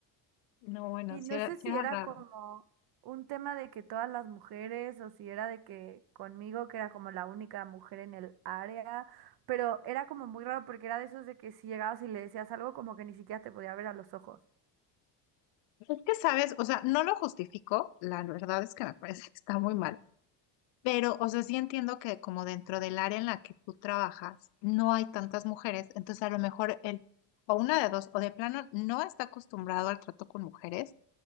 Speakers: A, on the left; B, on the right.
A: No, bueno,
B: Y
A: sí
B: no
A: era,
B: sé
A: sí
B: si
A: era
B: era
A: raro.
B: como un tema de que todas las mujeres o si era de que conmigo, que era como la única mujer en el área, pero era como muy raro porque era de esos de que si llegabas y le decías algo como que ni siquiera te podía ver a los ojos.
A: Es que sabes, o sea, no lo justifico, la verdad es que me parece que está muy mal, pero, o sea, sí entiendo que como dentro del área en la que tú trabajas no hay tantas mujeres, entonces a lo mejor él, o una de dos, o de plano no está acostumbrado al trato con mujeres,